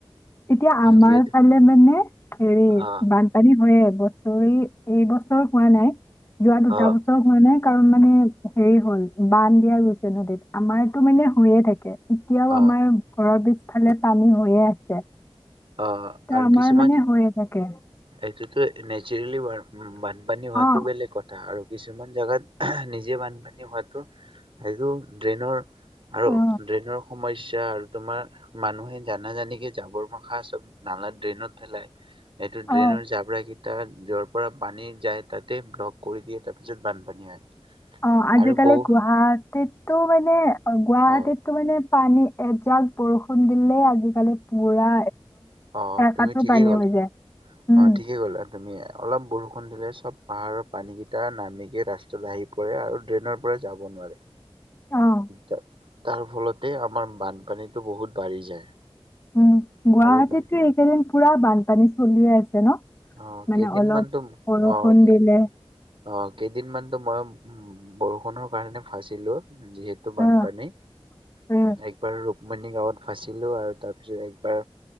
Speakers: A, on the left; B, on the right.
A: এতিয়া আমাৰ
B: যিহেতু
A: ফালে মানে হেৰি
B: অ
A: বানপানী হয়ে, বস্ত এইবছৰ হোৱা নাই। যোৱা দুটা
B: অ
A: বছৰ হোৱা নাই কাৰণ মানে হেৰি হ'ল বান্ধ দিয়া গৈছে নদীত। আমাৰতো মানে হৈয়ে থাকে। এতিয়াও
B: অ
A: আমাৰ ঘৰৰ পিছফালে পানী হৈয়ে আছে।
B: অ
A: ত
B: আৰু
A: আমাৰ
B: কিছুমান
A: মানে হৈয়ে থাকে
B: এইটোতো নেচুৰেলি বাৰ উ বানপানী হোৱাটো
A: অ
B: বেলেগ কথা আৰু কিছুমান জেগাত নিজে বানপানী হোৱাটো সেইটো ড্ৰেইনৰ আৰু
A: অ
B: ড্ৰেইনৰ সমস্যা আৰু তোমাৰ মানুহে জানাজানিকে যাবৰ মা খা চব নানা ড্ৰেইনত পেলাই। এইটো ড্ৰেইনৰ
A: অ
B: জাপৰা কেই তাত যৰ পৰা পানী যায়। তাতে ব্লক কৰি দিয়ে তাৰ পিছত বানপানী হয়।
A: অ আজিকালি
B: আৰু বহু
A: গুৱাহাটীতো মানে। অ গুৱাহাটীততো
B: অ',
A: মানে পানী এজাক বৰষুণ দিলে আজিকালি পুৰা
B: অ,
A: একাঠো
B: তুমি ঠিকেই
A: পানী
B: ক'ল,
A: হৈ যায়। উম,
B: অ ঠিকেই কলা তুমি। অলপ বৰষুণ দিলে চব পাহাৰৰ পানীকেইটা নামি কে ৰাস্তাত আহি পৰে আৰু ড্ৰেইনৰ পৰা যাব নোৱাৰে।
A: অ',
B: তাৰ ফলতে আমাৰ বানপানীটো বহুত বাঢ়ি যায়।
A: উম গুৱাহাটীততো
B: আৰু বান
A: এইকেইদিন পুৰা বান পানী চলিয়ে আছে ন?
B: অ
A: মানে
B: কেইদিনমানতো
A: অলপ বৰষুণ
B: অ অকে
A: দিলে
B: অ কেইদিনমানতো মই উ বৰষুণৰ কাৰণে ফাঁচিলো। যিহেতু বানপানী
A: অ', অ',
B: একবাৰ মনি গাঁৱত ফাছিলো আৰু। তাৰ পিছত একবাৰ